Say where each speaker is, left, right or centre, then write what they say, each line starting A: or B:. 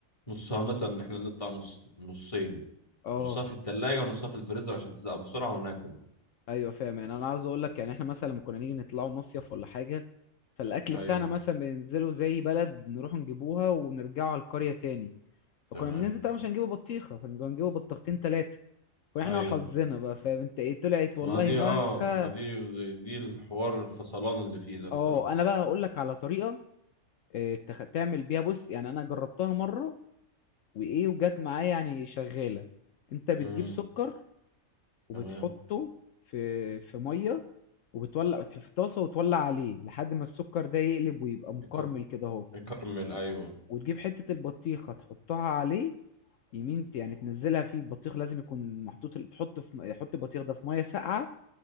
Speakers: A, on the left; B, on the left.
A: نصها مثلا احنا نقطع نص نصين
B: اه
A: نصها في التلاجة ونصها في الفريزر عشان تزق بسرعة وناكل
B: ايوه فاهم يعني انا عاوز اقول لك يعني احنا مثلا لما كنا نيجي نطلعوا مصيف ولا حاجة فالاكل
A: ايوه
B: بتاعنا مثلا بننزله زي بلد نروح نجيبوها ونرجعوا على القرية تاني فكنا
A: تمام
B: بننزل طبعا مش هنجيبه بطيخة كنا هنجيبه بطيختين تلاتة واحنا
A: ايوه
B: وحظنا بقى فاهم انت ايه طلعت والله
A: ما دي
B: مسخة
A: اه ما دي دي الحوار الفصلان اللي فيه ده الصراحة
B: اه انا بقى هقول لك على طريقة إيه، تخ- تعمل بيها بص يعني انا جربتها مرة وايه وجت معايا يعني شغاله انت بتجيب
A: امم
B: سكر وبتحطه
A: تمام
B: في في ميه وبتولع بتح- في طاسه وتولع عليه لحد ما السكر ده يقلب ويبقى مكرمل
A: يك-
B: كده اهو
A: يكرمل ايوه
B: وتجيب حته البطيخه تحطها عليه يمين ت- يعني تنزلها فيه البطيخ لازم يكون محطوط ال- تحطه في م- حط البطيخ ده في ميه ساقعه